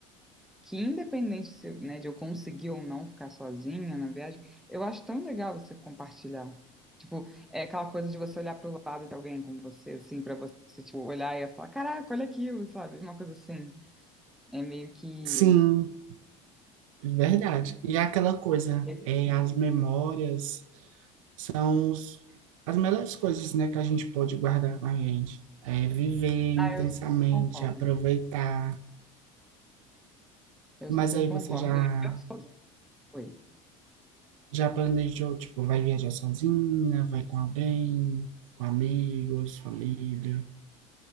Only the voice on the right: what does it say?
Sim, verdade. E é aquela coisa,
é,
as memórias são os- as melhores coisas, né, que a gente pode guardar com a gente. É viver
intensamente,
aproveitar.
Mas
aí
você já
Já planejou, tipo, vai viajar sozinha, vai com alguém, com amigos, família?